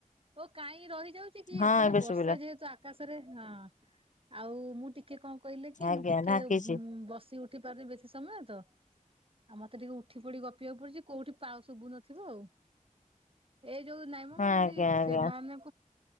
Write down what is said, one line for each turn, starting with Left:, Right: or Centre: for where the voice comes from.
Right: ଓ କାହିଁକି ରହିଯାଉଛି କି
Left: ହଁ
Right: ଏପଟେ
Left: ଏବେ
Right: ବର୍ଷା
Left: ଶୁଭିଲା।
Right: ଯେହେତୁ ଆକାଶରେ ହଁ ଆଉ ମୁଁ ଟିକେ କଣ କହିଲେ କି
Left: ଆଜ୍ଞା
Right: ମୁଁ ଟିକେ
Left: ଢାଙ୍କିଛି
Right: ବସି ଉଠ ଉଠି ପାରୁନି ବେଶୀ ସମୟ ତ ଆଉ ମତେ ଟିକେ ଉଠି ପଡିି ଗପିବାକୁ ପଡୁଛି କୋଉଠି ପାଉ ଶୁଭୁନଥିବ ଆଉ। ଏଇ ଯୋଉ ନାଇମ
Left: ହଁ
Right: ମୁ କହିଲି
Left: ଆଜ୍ଞା ଆଜ୍ଞା
Right: ସେମାନେ